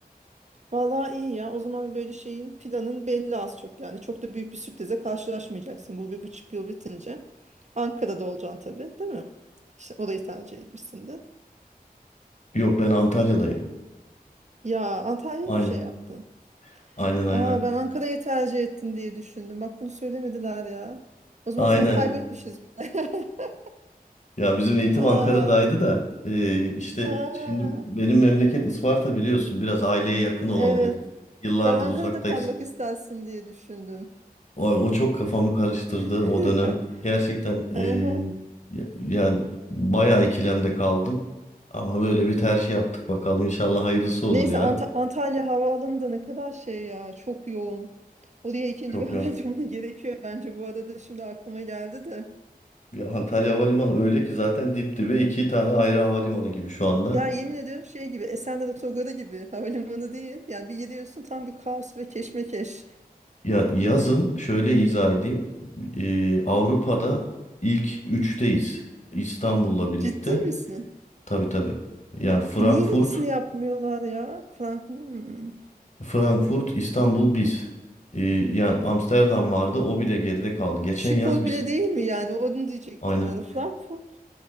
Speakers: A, on the right (about 50°); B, on the left (about 50°).
A: Vallahi iyi ya. O zaman böyle şeyin planın belli az çok yani. Çok da büyük bir sürprize karşılaşmayacaksın bu bir buçuk yıl bitince. Ankara'da olacaksın tabii, değil mi? İşte orayı tercih etmişsin de.
B: Yok ben Antalya'dayım.
A: Ya Antalya'ya
B: Aynen.
A: mı şey yaptın?
B: Aynen aynen.
A: Aa ben Ankara'yı tercih ettin diye düşündüm. Bak bunu söylemediler ya. O zaman
B: Aynen
A: seni kaybetmişiz
B: ya.
A: bile. <laughs>
B: Ya bizim eğitim
A: Ha,
B: Ankara'daydı da e, işte
A: ha,
B: şimdi benim memleket Isparta biliyorsun. Biraz aileye yakın
A: evet.
B: olalım dedik. Yıllardır
A: Ben Ankara'da
B: uzaktayız.
A: kalmak istersin diye düşündüm.
B: Vay, o çok kafamı karıştırdı
A: <laughs>
B: o dönem. Gerçekten eee,
A: Aha.
B: ya- yani bayağı ikilemde kaldım. Ama böyle bir tercih yaptık bakalım. İnşallah hayırlısı olur
A: Neyse
B: ya.
A: Ant- Antalya Havaalanı da ne kadar şey ya çok yoğun. Oraya ikinci
B: Çok
A: bir <laughs> hava
B: yok.
A: durumu gerekiyor bence bu arada şimdi aklıma geldi de.
B: Ya Antalya Havalimanı öyle ki zaten dip dibe iki tane ayrı havalimanı gibi şu anda.
A: Ya yemin ediyorum şey gibi Esenler Otogarı gibi havalimanı değil. Yani bir gidiyorsun tam bir kaos ve keşmekeş.
B: Ya yazın şöyle izah edeyim. Eee, Avrupa'da ilk üçteyiz. İstanbul'la birlikte.
A: Ciddi misin?
B: Tabii tabii. Yani Frankfurt
A: E niye yenisini yapmıyorlar ya? Frank hmm.
B: Frankfurt, İstanbul biz. Ee, yani Amsterdam vardı. O bile geride kaldı. Geçen
A: Schiphol
B: yaz biz
A: bile değil mi yani? Onu diyecektim
B: aynen.
A: yani. Frankfurt,